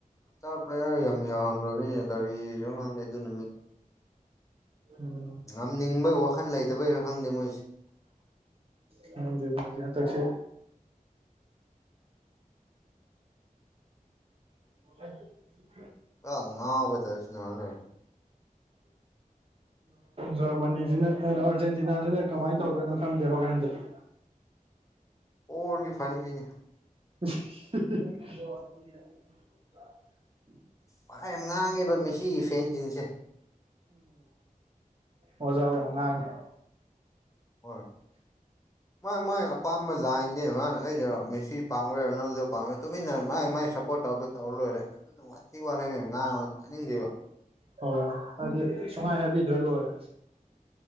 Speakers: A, on the left; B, on the right.
A: ꯁ꯭ꯇꯥꯔ ꯄ꯭ꯂꯦꯌꯔ ꯌꯥꯝ ꯌꯥꯝꯕꯅꯤ ꯀꯔꯤꯅꯣ ꯈꯪꯗꯦ ꯑꯗꯨ ꯅꯨꯃꯤꯠ
B: ꯎꯝ
A: ꯉꯝꯅꯤꯡꯕꯒꯤ ꯋꯥꯈꯜ ꯂꯩꯇꯕꯩꯔ ꯈꯪꯗꯦ ꯃꯣꯏꯁꯦ
B: ꯈꯪꯗꯦ ꯃꯣꯏꯁꯦ ꯍꯟꯇꯛꯁꯦ <inaudible>
A: ꯑ ꯉꯥꯎꯕꯩ ꯇꯥꯏꯞꯇ ꯁꯥꯟꯅ ꯂꯩꯔꯦ
B: ꯖꯔꯃꯅꯤꯁꯤꯅ ꯑꯥꯔꯖꯦꯟꯇꯤꯅꯥꯁꯤꯅ ꯀꯃꯥꯏꯅ ꯇꯧꯗꯣꯏꯅꯣ ꯈꯪꯗꯦ ꯍꯣꯔꯦꯟꯗꯤ <inaudible>
A: ꯑꯣꯔꯒꯤ ꯐꯥꯅꯤ
B: ꯍꯁ ꯍꯤ ꯍꯤ ꯍꯤ
A: ꯋꯥ ꯌꯥꯝ ꯉꯥꯡꯉꯦꯕ ꯃꯁꯤꯒꯤ ꯐꯦꯟꯁꯤꯡꯁꯦ
B: ꯋꯖꯥꯎ ꯌꯥꯝ ꯉꯥꯡꯉꯦ
A: ꯍꯣꯏ ꯃꯣꯏ ꯃꯣꯏ ꯑꯄꯥꯝꯕ ꯖꯥꯏꯟ ꯅꯦ ꯃꯥꯅ ꯑꯩꯔꯣ ꯃꯦꯁꯤ ꯄꯥꯝꯈ꯭ꯦꯔ ꯔꯣꯅꯥꯜꯗꯣ ꯄꯥꯝꯒꯦꯔ ꯇꯨꯃꯤꯟꯅ ꯃꯥꯏ ꯃꯥꯏ ꯁꯞꯄꯣꯠ ꯇꯧꯗꯣ ꯇꯧꯔ ꯂꯣꯏꯔꯦ ꯑꯗꯨꯗꯣ ꯋꯥꯊꯤ ꯋꯥꯔꯦꯝ ꯌꯥꯝ ꯉꯥꯡꯉꯦ ꯇꯅꯤꯡꯗꯦꯕ
B: ꯍꯣꯏ ꯍꯥꯏꯗꯤ ꯁꯨꯡꯍꯥꯏ ꯍꯥꯏꯕꯤꯗ꯭ꯔ ꯂꯣꯏꯔꯦ